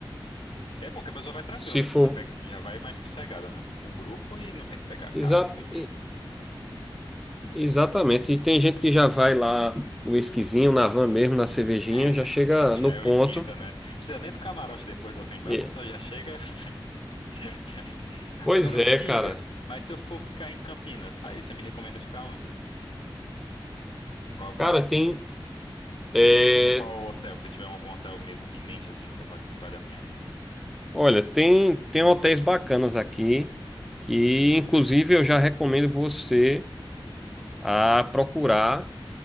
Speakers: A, on the left (about 85°); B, in the centre.
A: É bom que a pessoa vai tranquila,
B: Se
A: não precisa
B: for...
A: pegar, já vai mais sossegada, né? Com um grupo e não tem que pegar carro,
B: Exato.
A: não tem que.
B: Exatamente. E tem gente que já vai lá no esquisinho, na van mesmo, na cervejinha,
A: <laughs>
B: já chega
A: Já
B: no
A: é
B: ponto.
A: o esquenta, né? Precisa nem do camarote depois do open bar,
B: E-
A: a pessoa já chega. <laughs>
B: Pois
A: Agora
B: é,
A: me diga,
B: cara.
A: mas se eu for ficar em Campinas, aí você me recomenda ficar onde? Em qual bairro?
B: Cara, tem. é,
A: Ou em qual hotel? Que você tiver algum hotel mesmo em mente assim que você vale, vale a pena?
B: Olha, tem, tem hotéis bacanas aqui que, inclusive, eu já recomendo você a procurar